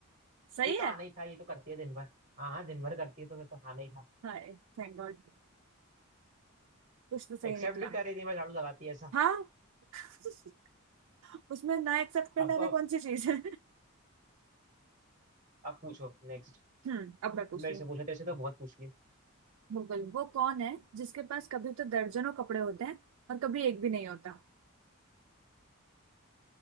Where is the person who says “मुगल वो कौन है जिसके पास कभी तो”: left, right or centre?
Right